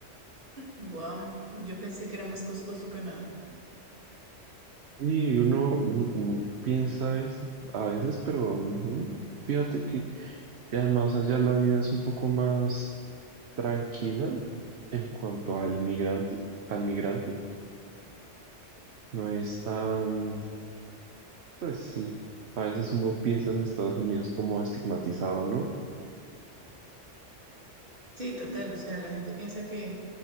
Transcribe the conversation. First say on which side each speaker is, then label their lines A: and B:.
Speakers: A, on the right (about 45°); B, on the right (about 65°).
A: Wow, yo pensé que era más costoso Canadá.
B: Y uno n- n- piensa eso a veces, pero no. Fíjate que y además allá la vida es un poco más tranquila en cuanto al migrante, al migrante. No es tan, pues sí, a veces uno piensa en Estados Unidos como estigmatizado, ¿no?
A: Sí, total, o sea, la gente piensa que,